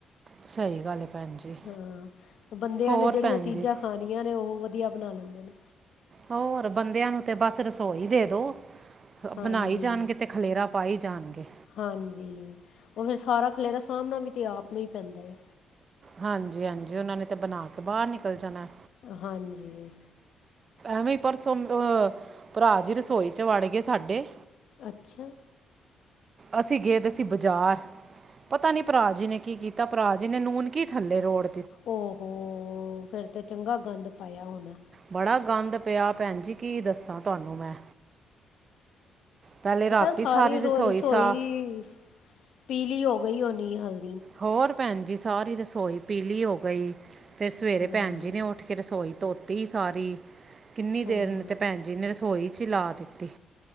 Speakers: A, on the right (about 40°); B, on the left (about 70°).
A: ਸਹੀ ਗੱਲ ਹੈ ਭੈਣ ਜੀ
B: ਹਾਂ ਬੰਦਿਆਂ
A: ਹੋਰ
B: ਨੇ ਜਿਹੜੀਆਂ
A: ਭੈਣ
B: ਚੀਜ਼ਾਂ
A: ਜੀ
B: ਖਾਣੀਆਂ ਨੇ ਉਹ ਵਧੀਆ ਵਧੀਆ ਬਣਾ ਲੈਂਦੇ ਨੇ।
A: ਹੋਰ ਬੰਦਿਆਂ ਨੂੰ ਤੇ ਬਸ ਰਸੋਈ ਦੇ ਦੋ
B: ਹਾਂਜੀ
A: ਬਣਾਈ ਜਾਣ ਕਿਤੇ ਖਲੇਰਾ ਪਾਈ ਜਾਣਗੇ।
B: ਹਾਂਜੀ ਉਹ ਫੇਰ ਸਾਰਾ ਖਲੇਰਾ ਸਾਹਮਣਾ ਵੀ ਤੇ ਆਪ ਨੂੰ ਹੀ ਪੈਂਦਾ ਏ।
A: ਹਾਂਜ ਹਾਂਜੀ- ਹਾਂਜੀ ਉਹਨਾਂ ਨੇ ਤੇ ਬਣਾ ਕੇ ਬਾਹਰ ਨਿਕਲ ਜਾਣਾ।
B: ਹਾਂਜੀ
A: ਐਵੇਂ ਪਰਸੋ ਅਹ ਭਰਾ ਜੀ ਰਸੋਈ ਚ ਵੜ ਗਏ ਸਾਡੇ
B: ਅੱਛਿਆ।
A: ਅਸੀਂ ਗਏ ਤੇ ਸੀ ਬਜ਼ਾਰ ਪਤਾ ਨੀ ਭਰਾ ਜੀ ਨੇ ਕੀ ਕੀਤਾ ਭਰਾ ਜ ਜਿਨੇ ਨੂਨ ਕੀ ਥੱਲੇ ਰੋੜ
B: ਓਹੋੋ ਫੇਰ ਤੇ ਚੰਗਾ ਗੰਦ ਪਾਇਆ ਹੋਣਾ।
A: ਬੜਾ ਗੰਦ ਪਿਆ ਭੈਣ ਜੀ ਕੀ ਦੱਸਾਂ ਤੁਹਾਨੂੰ ਮੈਂ। ਪਹਿਲੇ
B: ਪਤਾ
A: ਰਾਤੀ
B: ਏ ਸਾਰੀ ਰੋ
A: ਰਸੋਈ
B: ਰਸੋਈ
A: ਸਾਫ਼
B: ਪੀਲੀ ਹੋ ਹੋਈ ਹੋਣੀ ਏ ਹਲ
A: ਹੋਰ ਭੈਣ ਜੀ ਸਾਰੀ ਰਸੋਈ ਪੀਲੀ ਹੋ ਗਈ। ਫੇਰ ਸਵੇਰੇ
B: ਹਾਂ
A: ਭੈਣ ਜੀ ਨੇ ਉੱਠ ਕੇ ਰਸੋਈ ਧੋਤੀ ਸਾਰੀ ਕਿੰਨੀ
B: ਹਾਂ
A: ਦੇਰ ਨੇ ਤੇ ਭੈਣ ਜੀ ਨੇ ਰਸੋਈ ਚਲਾ ਦਿੱਤੀ।